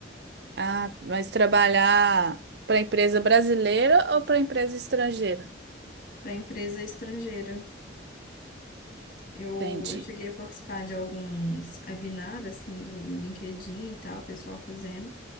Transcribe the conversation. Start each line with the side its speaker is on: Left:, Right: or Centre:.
Right: Ah, mas trabalhar para empresa brasileira ou para empresa estrangeira?
Left: Para empresa estrangeira. Eu,
Right: Entendi.
Left: eu cheguei a participar de alguns webinars, assim, do, no LinkedIn e tal, o pessoal fazendo,